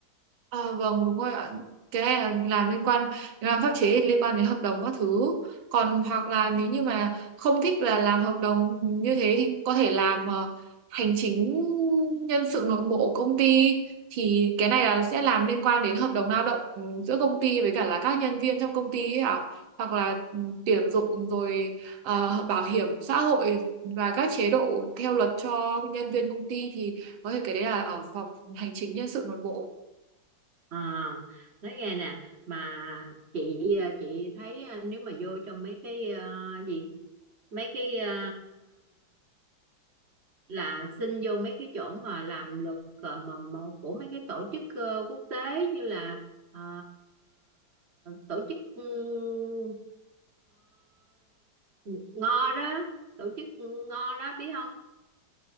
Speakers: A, on the right; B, on the right.
A: À, vâng đúng rồi ạ cái này là làm liên quan làm pháp chế thì liên quan đến hợp đồng các thứ còn hoặc là nếu như mà không thích là làm hợp đồng như thế thì có thể làm ờ, hành chính nhân sự nội bộ của công ty thì cái này là sẽ làm liên quan đến hợp đồng lao động ừ, giữa công ty với cả là các nhân viên trong công ty ấy ạ hoặc là ừ, tuyển dụng rồi ờ, bảo hiểm xã hội và các chế độ theo luật cho nhân viên công ty thì có thể cái đấy là ở phòng hành chính nhân sự nội bộ
B: À, nói nghe nè mà chị ờ, chị thấy ờ, nếu mà vô trong mấy cái ờ, gì mấy cái ờ, là xin vô mấy cái chỗ mà làm luật ờ, mà, mà của mấy cái tổ chức ờ, quốc tế như là ờ, tổ chức uh, ngo đó tổ chức ngo đó biết không